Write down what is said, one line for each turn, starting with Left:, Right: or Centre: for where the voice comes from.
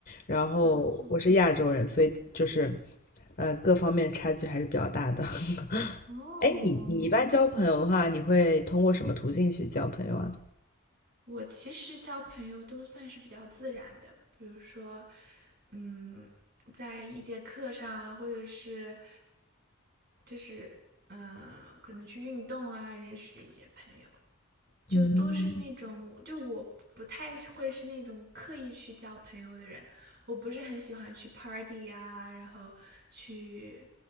Left: 然后我是亚洲人，
Right: 哦
Left: 所以就是，呃，各方面差距还是比较大的。<laughs>
Right: 哦，
Left: 哎，你你一般交朋友的话，你会通过什么途径去交朋友啊？
Right: 我其实交朋友都算是比较自然的，比如说，嗯，在一节课上啊，或者是就是嗯、呃可能去运动啊，认识的一些朋友，就都是那种，
Left: 嗯
Right: 就我不太会是那种刻意去交朋友的人，我不是很喜欢去 party 啊，然后去